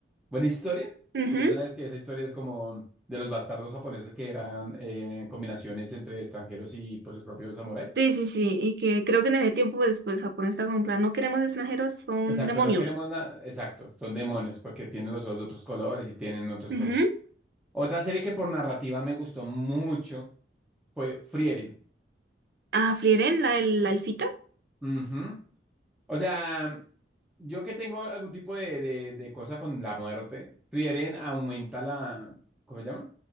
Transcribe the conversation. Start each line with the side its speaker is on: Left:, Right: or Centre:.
Centre: buena historia,
Right: Ujú.
Centre: porque tú sabes que esa historia es como de los bastardos japoneses que eran eh, combinaciones entre extranjeros y pues, los propios samuráis.
Right: Sí, sí, sí. Y que creo que en ese tiempo después Japón está con plan, no queremos extranjeros, son
Centre: Exacto,
Right: demonios.
Centre: no queremos nada. Exacto, son demonios porque tienen los ojos de otros colores y tienen otras
Right: Ujú.
Centre: cosas. Otra serie que por narrativa me gustó mucho fue Frieren.
Right: Ah, Frieren, la, la elfita.
Centre: Ujú. O sea, yo que tengo algún tipo de, de- de cosa con la muerte, Frieren aumenta la, ¿cómo se llama?